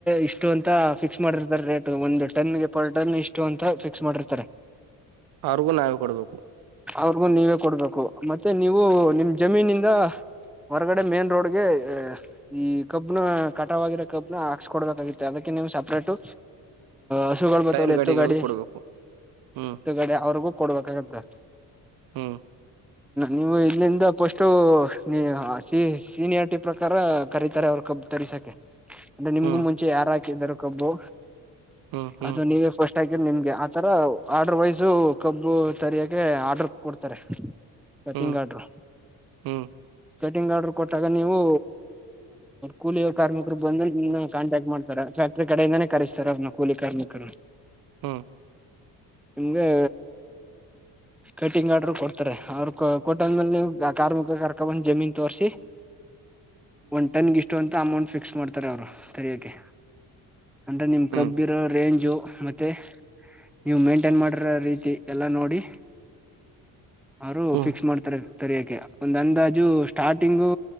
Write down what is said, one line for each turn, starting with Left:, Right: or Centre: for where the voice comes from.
Centre: ಇಷ್ಟು ಅಂತ ಫಿಕ್ಸ್ ಫಿಕ್ಸ್ ಮಾಡಿರ್ತಾರೆ ರೇಟ್ ಒಂದು ಟನ್ ಗೆಫಲ್ ಟನ್ ಇಷ್ಟು ಅಂತ ಫಿಕ್ಸ್ ಮಾಡಿರ್ತಾರೆ
Right: ಅವ್ರಗೂ ನಾವ ಕೊಡ್ಬೇಕು
Centre: ಅವ್ರಿಗು ನೀವೇ ಕೊಡ್ಬೇಕು ಮತ್ತೆ ನೀವು ನಿಮ ಜಮೀನಿಂದ ಹೊರಗಡೆ ಮೇನ್ ರೋಡ್ಗೆ ಈ ಕಬ್ನ ಕಟವಾಗಿರೋ ಕಬ್ನ ಹಾಕ್ಸ್ಕಡ್ಬೇಕಾಗಿತ್ತು ಅದಕ್ಕೆ ನಿಮ್ ಸ ಟ್ಟು ಹಸುಗಳು ಬತ್ತವ್ರ
Right: ಟೈರ್ ಗಾಡಿಗಳಿಗೂ
Centre: ಎತ್ತು ಗಾಡಿ
Right: ಕೊಡ್ಬೇಕು ಹ್ಮ್
Centre: ಎತ್ತು ಗಾಡಿ ಅವ್ರಿಗೂ ಕೊಡ್ಬೇಕಾಗತ್ತ
Right: ಹ್ಮ್
Centre: ನೀವು ಇಲ್ಲಿಂದ ಫಸ್ನೀ ಸೀನಿಯಾರಿಟಿ ಪ್ರಕಾರ ಕರೀತಾರೆ ಅವರು ಕಬ್ ತರಿ ಸಕ ಅಂದ್ರೆ ನಿಮ್ಗು
Right: ಹ್ಮ್
Centre: ಮುಂಚೆ ಯಾರು ಹಾಕಿದಾರ ಕಬ್ಬು
Right: ಹ್ಮ್ ಹ್ಮ್
Centre: ಅದು ನೀವೇ ಫಸ್ಟ್ ಟೈಗರ್ ನಿಮ್ಗೆ ಆತರ ಆರ್ಡರ್ ವೈಸ ಕಬ್ಬು ತರಿಯಕೆ ಆರ್ಡರ್ ಕೊಡ್ತಾರೆ ಕಟಿಂಗ
Right: ಹ್ಮ್ ಹ್ಮ್
Centre: ಕಾರಾರ್ಡ್ರ
Right: ಹ್ಮ್
Centre: ಸಫೆಟಿಂಗ್ ಆರ್ಡರ್ ಕೊಟ್ಟಾಗ ನೀವು ಕೂಲಿಯ ಕಾರ್ಮಿಕರು ಬಂದು ನಿಮ ಕಾಂಟ್ಯಾಕ್ಟ್ ಮಾಡ್ತಾರೆ ಕಡೆಯಿಂದಾನೇ ಕರೆಸ್ತಾರೆ ಅವ್ರನ್ನ ಕೂಲಿ ಕಾರ್ಮಿಕರು
Right: ಹ್ಮ
Centre: ನಿಮ್ಗೆ
Right: ಹ
Centre: ಕಟಿಂಗ್ ಆಡ್ರರು ಕೊಡ್ತಾರೆ ಅವ್ರರು ಕೊಟಲ್ ಮೇಲೆ ನೀವು ಕಾರ್ಮಿಕ ಕರ್ಕ ಬಂದ್ ಜಮೀನ್ ತೋರ್ಸಿ ಒಂದ್ ಟನ್ಗೆ ಇಷ್ಟು ಅಂತ ಅಮೌಂಟ್ ಫಿಕ್ಸ್ ಮಾಡ್ತಾರೆ ಅವರು ತೆರಯೋಕ್ಕೆ ಅಂದ್ರೆ ನಿಮ್
Right: ಹ್ಮ್
Centre: ಕಬ್ಬಿರೋ ರೇಂಜು ಮತ್ತೆ ನೀವು ಮೇಂಟೈನ್ ಮಾಡಿರೋ ರೀತಿ ಎಲ್ಲ ನೋಡಿ ಅವರು
Right: ಹ್ಮ್
Centre: ಫಿಕ್ಸ್ ಮಾಡ್ತಾರೆ ತರಕೆ ಒಂದ್ ಅಂದಾಜು ಸ್ಟಾರ್ಟಿಂಗು